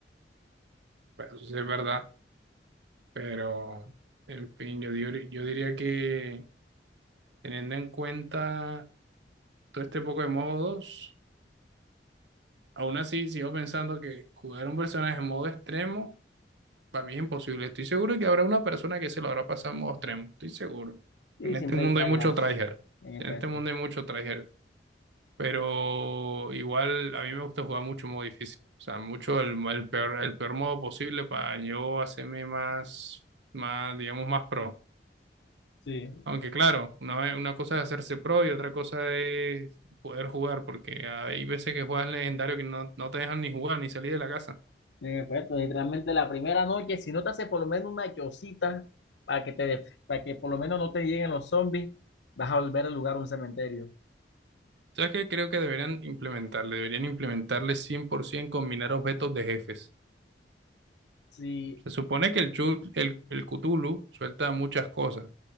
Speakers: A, on the right; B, on the left.
A: Pues, Eso sí es verdad. Pero, en fin, yo, dir- yo diría que teniendo en cuenta todo este poco de modos, aún así sigo pensando que jugar un personaje en modo extremo para mí es imposible. Estoy seguro que habrá una persona que se lo habrá pasado en modo extremo. Estoy seguro.
B: Sí,
A: En
B: siempre
A: este mundo
B: hay tryhard,
A: hay mucho tryhard.
B: en efecto.
A: En este mundo hay mucho tryhard. Pero igual a mí me gusta jugar mucho modo difícil. O sea, mucho el, el peor, el peor modo posible para yo hacerme más, más, digamos, más pro.
B: Sí.
A: Aunque claro, una, vez- una cosa es hacerse pro y otra cosa es poder jugar, porque hay veces que juegas legendario que no, no te dejan ni jugar ni salir de la casa.
B: En efecto, y realmente la primera noche, si no te hace por lo menos una chocita para que te, def- para que por lo menos no te lleguen los zombies, vas a volver al lugar un cementerio.
A: ¿Sabes qué? Creo que deberían implementarle, deberían implementarle 100% combinar objetos de jefes.
B: Sí,
A: Se supone que el, Chul- el, el Cthulhu suelta muchas cosas